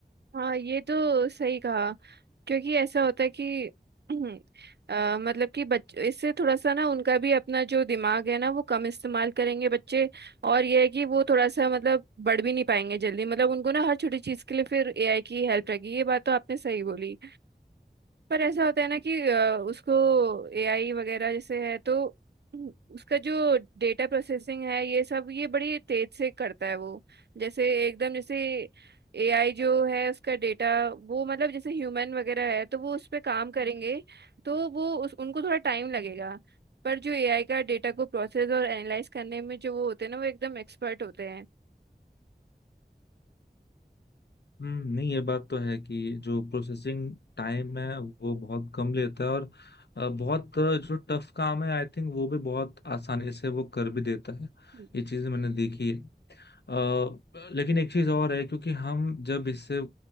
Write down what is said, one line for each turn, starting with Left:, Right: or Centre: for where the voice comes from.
Right: हाँ ये तो सही कहा क्योंकि ऐसा होता है कि <clears throat> अ, मतलब कि बच इससे थोड़ा सा ना उनका भी अपना जो दिमाग है ना वो कम इस्तेमाल करेंगे बच्चे और ये है कि वो थोड़ा सा मतलब बढ़ भी नहीं पाएंगे जल्दी मतलब उनको ना हर छोटी चीज के लिए फिर एआई की हेल्प रहेगी ये बात तो आपने सही बोली पर ऐसा होता है ना कि अ, उसको एआई वगैरह जैसे है तो उसका जो डेटा प्रोसेसिंग है ये सब ये बड़ी तेज से करता है वो जैसे एकदम जैसे एआई जो है उसका डेटा वो मतलब जैसे ह्यूमन वगैरह है तो वो उस पर काम करेंगे तो वो उस उनको थोड़ा टाइम लगेगा पर जो एआई का डेटा को प्रोसेस और एनालाइज करने में जो वो होते हैं ना वो एकदम एक्सपर्ट होते हैं
Left: हम्म नहीं ये बात तो है कि जो प्रोसेसिंग टाइम है वो बहुत कम लेता है और अ, बहुत अ, जो टफ काम है आई थिंक वो भी बहुत आसानी से वो कर भी देता है
Right: हम्म,
Left: ये चीज मैंने देखी है अ, लेकिन एक चीज और है क्योंकि हम जब इससे